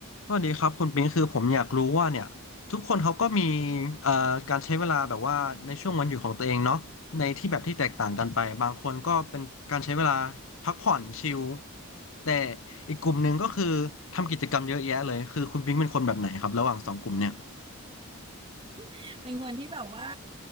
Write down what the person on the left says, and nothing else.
สวัสดีครับคุณปิงคือผมอยากรู้ว่าเนี่ยทุกคนเขาก็มีเอ่อการใช้เวลาแบบว่าในช่วงวันหยุดของตัวเองเนาะในที่แบบที่แตกต่างกันไปบางคนก็เป็นการใช้เวลาพักผ่อนชิลแต่อีกกลุ่มหนึ่งก็คือทำกิจกรรมเยอะแยะเลยคือคุณปิงเป็นคนแบบไหนครับระหว่างสองกลุ่มเนี่ย